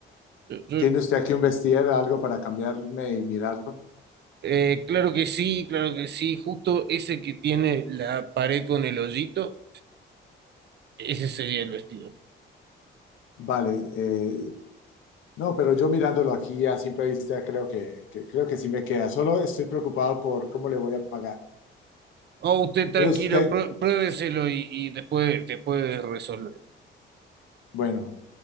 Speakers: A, on the right (about 60°); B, on the left (about 85°).
A: Yo- yo-
B: ¿Tiene usted aquí un vestir, algo para cambiarme y mirarlo?
A: eh, claro que sí, claro que sí, justo ese que tiene la pared con el hoyito, ese sería el vestido.
B: Vale, eh, no, pero yo mirándolo aquí a simple vista creo que, que- creo que sí me queda. Solo estoy preocupado por cómo le voy a pagar.
A: Oh, usted tranquilo,
B: ¿Cree usted?
A: prue- pruébeselo y, y después, después resolver.
B: Bueno,